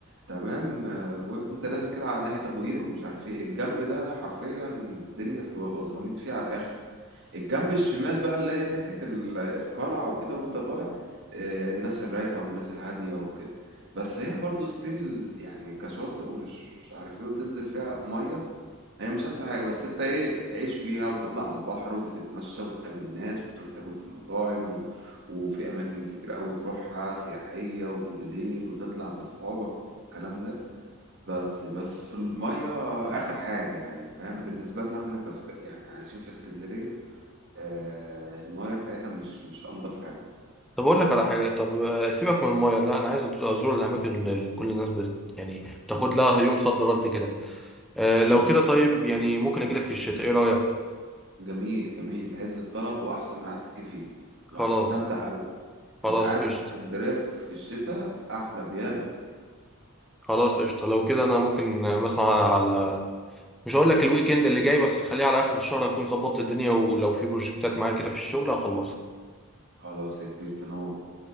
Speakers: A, on the right; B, in the centre.
A: تمام آه، وانت نازل كده على ناحية ابو قير ومش عارف ايه الجنب ده حرفيا الدنيا بتبقى بزراميط فيه على الاخر الجنب الشمال بقى اللي هي ناحية ال- القلعة وكده وانت طالع آه، الناس الرايقة والناس الهادية وكده بس هي برضو ستيل يعني كشاطئ ومش عارف ايه وتنزل فيها مية هي مش احسن حاجه بس انت ايه تعيش فيها وتطلع على البحر وتتمشى وتقابل ناس وتروح تاكل في مطاعم و... وفي اماكن كتير قوي تروحها سياحيه وبالليل وتطلع مع اصحابك والكلام ده بس بس في الميه اخر حاجه يعني فاهم بالنسبه لنا احنا كسك... يعني عايشين في اسكندريه آه الميه بتاعتها مش مش انضف حاجه
B: طب اقول لك على حاجه طب آه، سيبك من المايه لا انا عايز أدو- ازور الاماكن اللي كل الناس بت... يعني بتاخد لها يوم صد رد كده آه لو
A: مم.
B: كده طيب يعني ممكن اجي لك في الشتاء ايه رايك
A: جميل جميل عز الطلب واحسن ميعاد تيجي فيه
B: خلاص
A: وهتستمتع قوي
B: خلاص
A: انت عارف
B: قشطه
A: اسكندريه في الشتاء احلى بياما
B: خلاص قشطه لو كده انا ممكن آه، مثلا على مش هقول لك الويكند اللي جاي بس خليها على اخر الشهر اكون ظبطت الدنيا ولو في بروجكتات معايا كده في الشغل هخلصها
A: خلاص يا كبير تنور